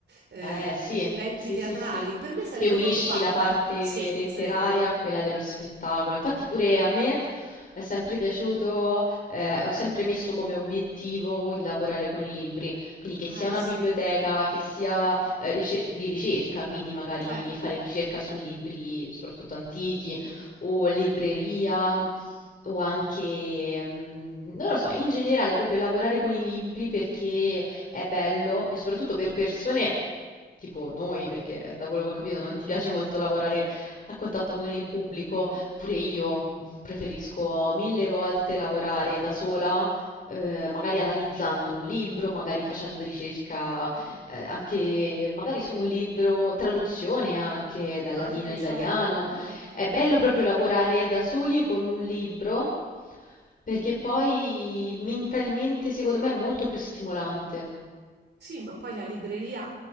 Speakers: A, on the right (about 65°); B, on the left (about 45°).
A: Bello,
B: Eh sì,
A: eh, sì. eventi
B: sì,
A: teatrali,
B: sì, sì,
A: per me sarebbe
B: che unisci
A: proprio, Bellissimo.
B: la parte
A: guarda, sì,
B: letteraria
A: sarebbe
B: a quella dello spettacolo. Infatti pure a me è sempre piaciuto, eh, ho sempre messo come obiettivo il lavorare con i libri, quindi che sia
A: Eh
B: una
A: sì,
B: biblioteca, che sia eh, rice- di ricerca, quindi magari
A: certo,
B: fare ricerca su libri soprattutto antichi o libreria. O anche, mm, non lo so, in generale proprio lavorare con i libri perché è bello e soprattutto per persone tipo noi, perché da quello che ho capito non ti piace molto lavorare a contatto con il pubblico, pure io mm, preferisco mille volte lavorare da sola. eh, magari analizzando un libro, magari facendo ricerca eh, anche magari su un libro, traduzione anche dal latino
A: anche
B: all'italiano.
A: certo, certo.
B: È bello proprio lavorare da soli con un libro perché poi mentalmente secondo me è molto più stimolante.
A: Sì, ma poi la libreria,